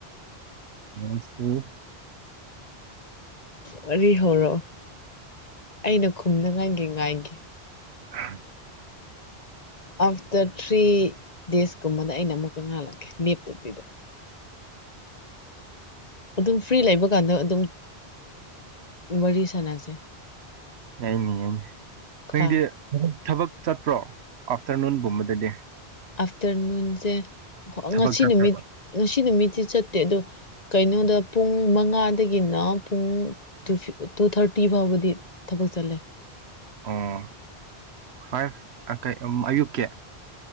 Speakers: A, on the right; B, on the left.
A: ꯫
B: ꯋꯥꯔꯤ ꯍꯧꯔꯛꯑꯣ ꯑꯩꯅ ꯈꯨꯝꯅꯉꯥꯏꯒꯤ ꯉꯥꯏꯒꯦ꯫
A: ꯎꯝ꯫
B: ꯑꯥꯐꯇꯔ ꯊ꯭ꯔꯤ ꯗꯦꯁꯀꯨꯝꯕꯗ ꯑꯩꯅ ꯑꯃꯨꯛꯀ ꯉꯥꯜꯂꯛꯀꯦ ꯂꯦꯞꯇꯕꯤꯗ꯫ ꯑꯗꯨꯝ ꯐ꯭ꯔꯤ ꯂꯩꯕ ꯀꯥꯟꯗ ꯑꯗꯨꯝ ꯋꯥꯔꯤ ꯁꯥꯟꯅꯁꯦ꯫
A: ꯌꯦꯡꯒꯦ-ꯌꯦꯡꯒꯦ꯫
B: ꯀꯣ
A: ꯅꯪꯗꯤ꯫ ꯊꯕꯛ ꯆꯠꯄ꯭ꯔꯣ ꯑꯥꯐꯇꯔꯅꯨꯟꯒꯨꯝꯕꯗꯗꯤ꯫
B: ꯑꯐꯇꯔꯅꯨꯟꯁꯦ꯫
A: ꯊꯕꯛ
B: ꯉꯁꯤ
A: ꯆꯠꯄ꯭ꯔꯕ
B: ꯅꯨꯃꯤꯠ ꯉꯁꯤ ꯅꯨꯃꯤꯠꯇꯤ ꯆꯠꯇꯦ ꯑꯗꯣ ꯀꯩꯅꯣꯗ꯫ ꯄꯨꯡ ꯃꯉꯥꯗꯒꯤꯅ ꯄꯨꯡ ꯇꯨ ꯊꯥꯔꯇꯤ ꯐꯥꯎꯕꯗꯤ ꯊꯕꯛ ꯆꯠꯂꯦ꯫
A: ꯎꯝ ꯐꯩ ꯑꯌꯨꯛꯀꯤ꯫